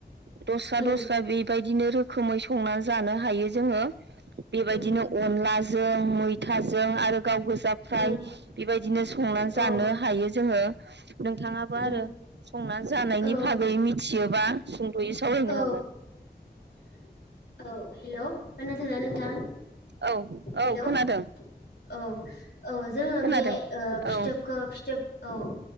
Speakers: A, on the right; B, on the left.
A: दस्रा
B: उम
A: दस्रा। बेबायदिनो रोखोमै संनानै जानो हायो जोङो। बेबायदिनो
B: उम
A: अनलाजों मैथाजों आरो। गाव गोजा फ्राय
B: उम
A: बेबायदि। बिदिनो संनानै
B: औ
A: जानो हायो जोङो। नोंथाङाबो
B: उम
A: आरो संना जानायनि
B: औ
A: बागै मिथियोबा सुंद'यै सावरायनो
B: औ
A: हागोन।
B: औ हेल' खोनादोंना नोंथां।
A: औ औ
B: हेलौ
A: खोनादों।
B: औ औ जोङो
A: खोनादों
B: बे फिथोबखौ
A: औ
B: फिथोब औ